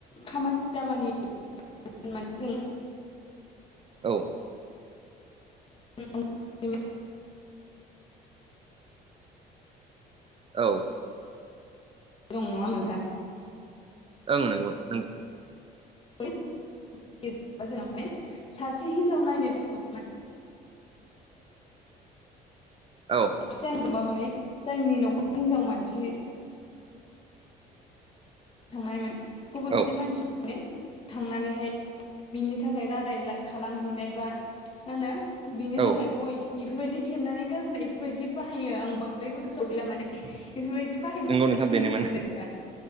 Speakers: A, on the left; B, on the right.
A: खामानि दामानि होन माने जों
B: औ
A: <unintelligible>
B: औ
A: दं नङा होमबा नोंथां
B: ओं नंगौ नोंथां
A: <unintelligible> जों माने सासे हिनजाव नायनो थांयोब्ला
B: औ
A: फिसा हिनजावबा माने जायनि न'खर हिनजाव मानसि थांनाय माने गुबुन
B: औ
A: सासे मानसि माने थांनानैहाय बिनि थाखाय रादाय खालामहैनाय बा होनो बिनि
B: औ
A: थाखाय गय इफोरबायदि थेबनानै गारबोनाय इफोरबायदि बाहायो आं बांद्रायबो गोसोआव गैला माने बेफोरबायदि बाहायनाय
B: नंगौ नोंथां
A: नुनो
B: बेनोमोन
A: मोनो नोंथां